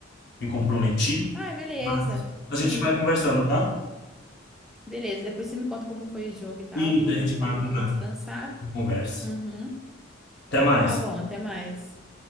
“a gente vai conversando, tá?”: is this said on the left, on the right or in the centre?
Left